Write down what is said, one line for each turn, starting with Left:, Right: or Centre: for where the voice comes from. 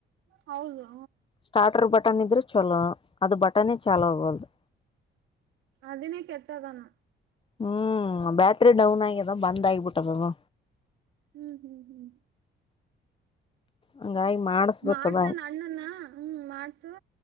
Right: ಹೌದು
Left: ಸ್ಟಾರ್ಟರ್ ಬಟನ್ ಇದ್ರೆ ಚಲೋ ಅದು ಬಟನೇ ಚಲೋ ಅಗೊಂದ್ಲು.
Right: ಅದಿನೇ ಕೆಟ್ಟಗಾನ.
Left: ಹ್ಮ್ ಬ್ಯಾಟ್ರಿ ಡೌನ್ ಆಗ್ಯದ ಬಂದ್ ಆಗಬಿಟ್ಟದದು.
Right: ಹ್ಮ್ ಹ್ಮ್ ಹ್ಮ್
Left: ಹಂಗಾಗಿ ಮಾಡಿಸಬೇಕು
Right: ಮಾಡ್ಸನ್
Left: ಅದು.
Right: ಹ್ಮ್ ಮಾಡ್ಸು.